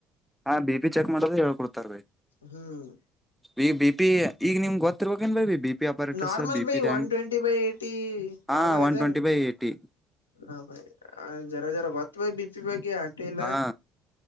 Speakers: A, in the centre; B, on the left.
A: ಹಾ ಬಿ ಪಿ ಚೆಕ್ ಮಾಡದು ಹೇಳ್ಕೊಡ್ತಾರ ಬೈ
B: ಹ್ಮ್
A: ಈ ಬಿ ಪಿ ಈಗ ನಿಮ್ಗ್ ಗೊತ್ತಿರ ಬೇಕೇನ್ ಬೈ B P operators
B: normal
A: B
B: ಭೈ
A: ಪಿ ಹೆಂಗ್
B: ವನ್ ಟ್ವೆಂಟಿ ಬೈ ಐಟಿ
A: ಹಾ
B: ನೋರ್ಮಲ್
A: ಒನ್
B: ಅದೇ
A: ಟ್ವೆಂಟಿ
B: ಅಲ್ಲ್
A: ಬೈ ಏಟಿ
B: ಹಾ ಬೈ ಜರ ಜರ ಗೊತ್ತ ಬೈ ಬಿಪಿ ಬಗ್ಗೆ ಅಟು ಇಲ್ಲ
A: ಹಾ